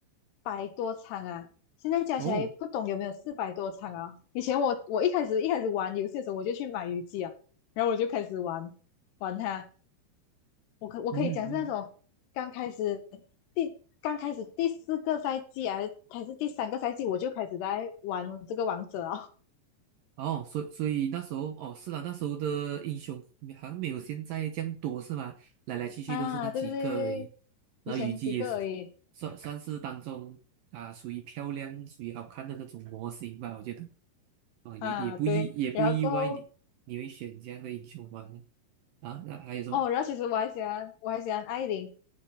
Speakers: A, on the left; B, on the right.
A: 百多场啊，现在加起来不懂有没有四百多场啊。
B: 哦，
A: 以前我我一开始一开始玩游戏的时候，我就去买鱼机啊，然后我就开始玩玩它。我可我可以讲是那种刚开始
B: 嗯嗯
A: 第刚开始第四个赛季啊，还是第三个赛季，我就开始在玩这个王者啊
B: 哦，所以所以那时候哦，是啦，那时候的英雄好像没有现在这样多，是吗？来来去去都是那几个而已。
A: <laughs> 啊，对对对对，对
B: 然后虞姬也是
A: 以前几个而已
B: 算算是当中啊，属于漂亮、属于好看的那种模型吧，我觉得啊，也也不意也不意外你，
A: 啊，对，然后过后
B: 你会选这样的英雄吧？啊，那还有什么？
A: 哦，然后其实我还喜欢我还喜欢艾琳。